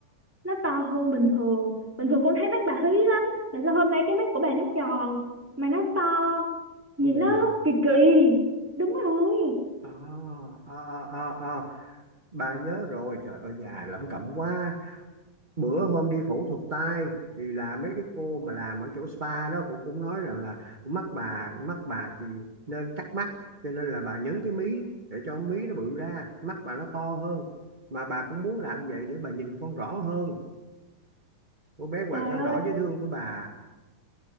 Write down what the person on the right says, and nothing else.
ủa vậy
hả
à, à, à, à, à. bà nhớ rồi trời ơi già lẩm cẩm quá bữa hôm đi phẫu thuật tai thì là mấy cái cô mà làm ở chỗ spa đó cô cũng nói rằng là mắt bà mắt bà thì nên cắt mắt cho nên là bà nhấn cái mí để cho mí nó bự ra mắt bà nó to hơn mà bà cũng muốn làm vậy để bà nhìn con rõ hơn cô bé Hoàng
Khăn
Đỏ dễ thương của bà